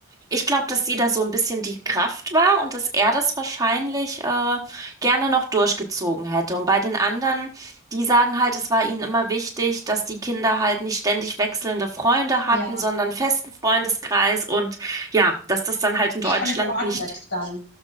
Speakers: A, on the right; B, on the left.
A: Ich glaube, dass sie da so ein bisschen die Kraft war und dass er das wahrscheinlich äh, gerne noch durchgezogen hätte. Und bei den anderen. Die sagen halt, es war ihnen immer wichtig, dass die Kinder halt nicht ständig wechselnde Freunde hatten,
B: ja,
A: sondern festen Freundeskreis und ja, dass das dann halt in Deutschland
B: schon geordnet
A: nicht,
B: dann.